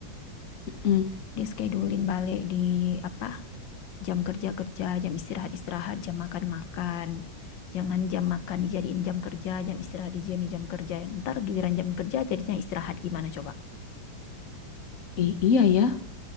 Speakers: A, on the left (about 50°); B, on the left (about 70°).
A: mm,
B: dischedulin balik di apa jam kerja kerja jam istirahat istirahat jam makan makan jangan jam makan dijadiin jam kerja jam istirahat dijadiin jam kerja ntar giliran jam kerja jadinya istirahat gimana coba
A: eh, iya ya,